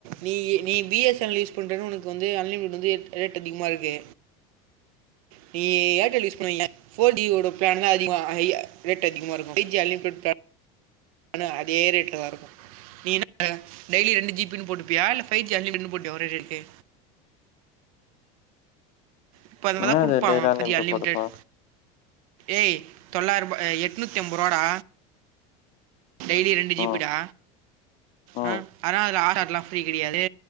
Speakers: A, on the right; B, on the left.
A: நீயி நீ B S N L use பன்றன்னு ஒனக்கு வந்து அன்லிமிட்டட் வந்து ரே ரேட் அதிகமா இருக்கு நீ ஏர்டெல் யூஸ் பண்ணுவீங்களா ஃபோர் டி ஓட பிளான் லா அதிகோ ஐ ரேட் அதிகமா இருக்கும் ஃபைவ்ஜி அன்லிமிடெட் பிளான் ஆனா அதே ரேட்ல தா இருக்கு நீ என்ன டெய்லி ரெண்டு ஜிபினு போட்டுபியா இல்ல ஃபைஜி அன்லிமிட்னு போட்டியா ஒரே ரேட்கே இப்ப அதமாதிதா
B: என்னது
A: குடுப்பா
B: டெய்லி
A: அவே
B: அன்லிமிடெட்
A: ஃபை ஜி அன்லிமிடட்
B: போட்டுப்ப
A: ஏய் தொள்ளாயிரூப எ எட்னுத்தி அம்ப ரூவாடா டெய்லி ரெண்டு ஜீபி
B: ம்
A: டா
B: ம்
A: ஆ ஆனா அதுல ஆர் டாட்லா ஃப்ரீ கெடையாது